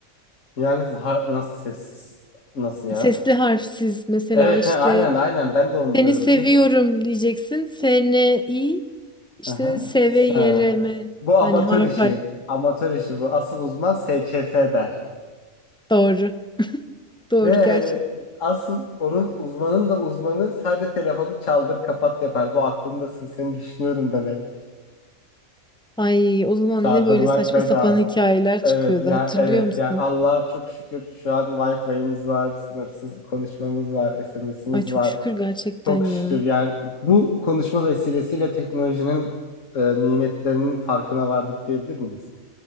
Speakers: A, on the left; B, in the centre.
A: Yani har- nasıl sessiz nasıl ya?
B: Sesli harfsiz mesela
A: Evet
B: işte
A: he, aynen aynen ben de onu
B: Seni
A: diyorum.
B: seviyorum
A: Peki
B: diyeceksin. Seni iyi. işte
A: aha,
B: seve yereme.
A: ha. bu amatör
B: Yani harf
A: işi
B: harf.
A: amatör işi bu asıl uzman SCS der.
B: Doğru. Doğru
A: Ve
B: gerçek.
A: hani asıl onun uzmanın da uzmanı sadece telefonu çaldır kapat yapar. Bu aklımdasın seni düşünüyorum demek.
B: Ay o zaman
A: Çaldırmak
B: ne böyle saçma
A: bedava.
B: sapan hikayeler
A: Evet
B: çıkıyordu
A: ya
B: hatırlıyor
A: evet
B: musun?
A: ya Allah'a çok şükür şu an Wi-Fi'miz var, sınırsız konuşmamız var, SMS'imiz
B: Ay çok
A: var.
B: şükür gerçekten
A: Çok şükür
B: ya.
A: yani bu konuşma vesilesiyle teknolojinin e, nimetlerinin farkına vardık diyebilir miyiz?